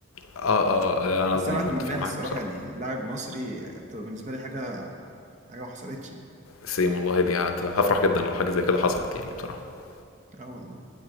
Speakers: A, on the left (about 80°); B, on the right (about 35°).
A: اه اه انا
B: بس
A: متفق
B: انا اتمناها
A: معاك
B: الصراحه
A: بصراحه
B: يعني لاعب مصري تبقى بالنسبه لي حاجه حاجه ما حصلتش يعني
A: سيم والله دي هت- هفرح جدا لو حاجه زي كده حصلت يعني بصراحه
B: اه والله